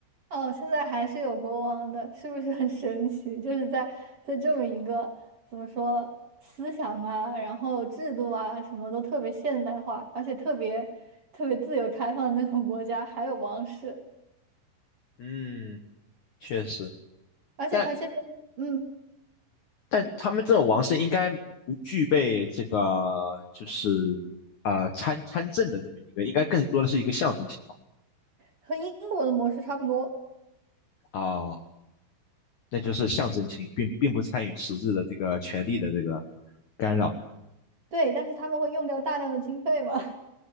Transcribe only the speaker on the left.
嗯。确实，
但但他们这种王室应该不具备这个就是啊参参政的这么一个，应该更多的是一个象征性吧。
哦，那就是象征性，并并不参与实质的这个权力的这个干扰。